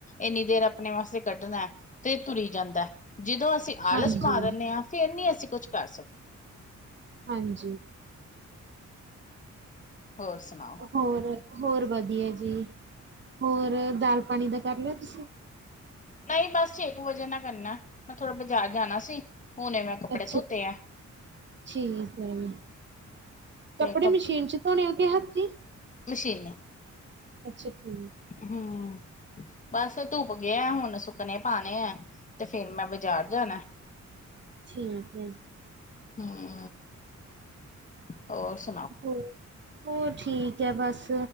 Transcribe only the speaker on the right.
ਹਾਂਜੀ,
ਹਾਂਜੀ।
ਹੋਰ, ਹੋਰ ਵਧੀਆ ਜੀ, ਹੋਰ ਦਾਲ-ਪਾਣੀ ਦਾ ਕਰ ਲਿਆ ਤੁਸੀ?
ਅੱਛਾ
ਠੀਕ ਐ ਜੀ,
ਕੱਪੜੇ ਮਸ਼ੀਨ'ਚ ਧੋਂਨੇ ਓ ਕਿ ਹੱਥੀ?
ਅੱਛਾ, ਠੀਕ।
ਠੀਕ ਏ।
ਹੋ, ਹੋਰ ਠੀਕ ਐ ਬਸ,